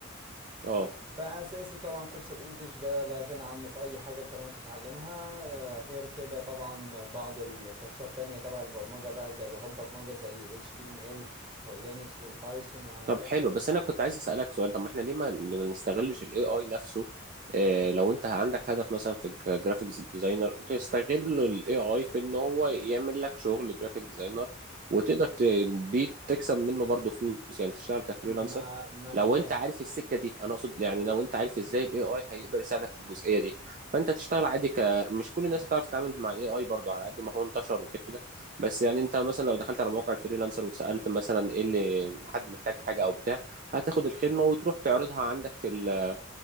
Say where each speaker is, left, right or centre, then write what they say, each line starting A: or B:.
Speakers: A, on the right (about 40°); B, on the right (about 25°).
A: أه
B: فاساسي طبعا كورس الانجليش ده لا غنى عنه في اي حاجه انت لو تتعلمها آه، غير كده طبعا بعض الكورسات التانية تبع البرمجه بقى زي لغات برمجه زي ال HTML واللينكس والبايثون وهكذا
A: طب حلو بس انا كنت عايز اسالك سؤال طب ما احنا ليه ما ليه ما نستغلش الاي اي نفسه إيه لو انت عندك هدف مثلا في جرافيكس ديزاينر تستغل الاي اي في ان هو يعمل لك شغل جرافيك ديزاينر وتقدر ت- بيه تكسب منه برضه فلوس يعني تشتغل كفريلانسر
B: ما ما انا
A: لو
B: فاهم
A: انت عارف السكه دي انا اقصد يعني لو انت عارف ازاي الاي اي هيقدر يساعدك في الجزئيه دي فانت تشتغل عادي ك مش كل الناس هتعرف تتعامل مع الاي اي برضه على قد ما هو انتشر وكده بس يعني انت مثلا لو دخلت على موقع الفريلانسر وسألت مثلا ايه اللي حد محتاج حاجة او بتاع هتاخد الخدمة وتروح تعرضها عندك في ال